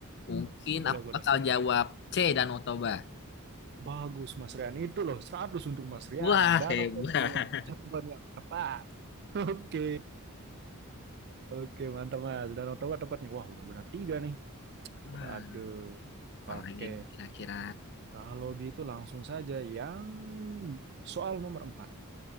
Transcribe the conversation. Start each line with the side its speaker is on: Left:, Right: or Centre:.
Left: Mungkin
Right: boleh
Left: aku
Right: boleh
Left: bakal jawab C, Danau Toba.
Right: Bagus Mas Rian, itu loh 100 untuk Mas Rian.
Left: Wah,
Right: Danau
Left: hebat.
Right: Toba adalah jawaban yang tepat. <laughs> Oke, oke mantap Mas. Danau Toba tepatnya. Wah udah benar tiga nih.
Left: Wah,
Right: Waduh.
Left: apalagi
Right: Oke,
Left: nih kira-kira
Right: kalau gitu langsung saja yang soal nomor empat.